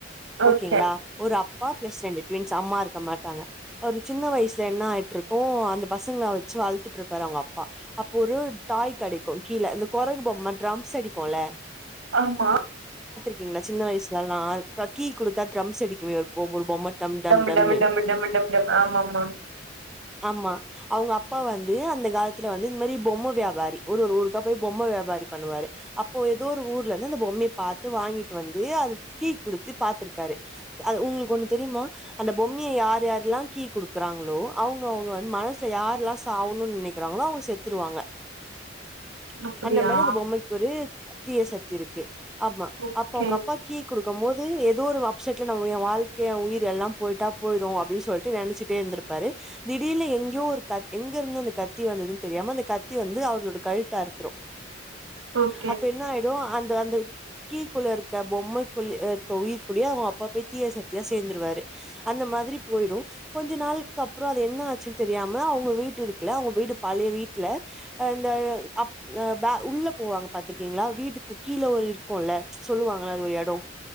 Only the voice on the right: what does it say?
ஓகே
ஆமா
டம்மு
டம்மு டம்மு டம்மு டம்டம் ஆமா ம்மா
அப்டியா
ஓகே
ஓகே